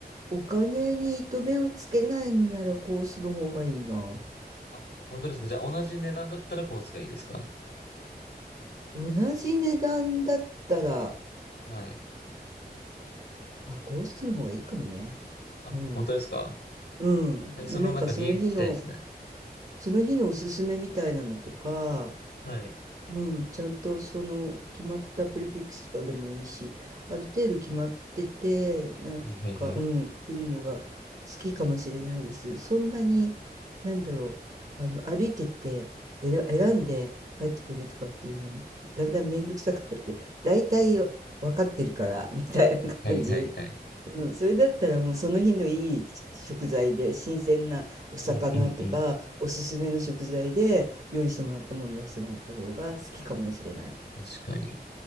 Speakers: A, on the right; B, on the left.
A: お金に糸目をつけないのならコースの方がいいな。
B: あ、本当ですかじゃあ、同じ値段だったらコースがいいですか
A: 同じ値段だったら、
B: はい。
A: あ、コースの方がいいかもね。
B: あ、
A: うん。
B: 本当ですか
A: うん。
B: なんかそのなんか理由聞きたいですね。
A: もうなんかその日の、その日のおすすめみたいなのとか、
B: はい。
A: うん、ちゃんとその決まったプレフィックスとかでもいいし、ある程度決まってて、なんか、
B: はいはいはい。
A: うん、来るのが好きかもしれないです。そんなに、なんだろう、あの、歩いてって選、選んで帰ってくるとかっていうのは、
B: うん
A: だんだん面倒くさくなって、大体分かってるから、みたいな感じ。
B: はいはいはい。
A: うん、それだったらもうその日のいい食材で新鮮なお魚とかおすすめの食材で料理してもらったもの出してもらった方が好きかもしれない。
B: うんうんうん。確かに。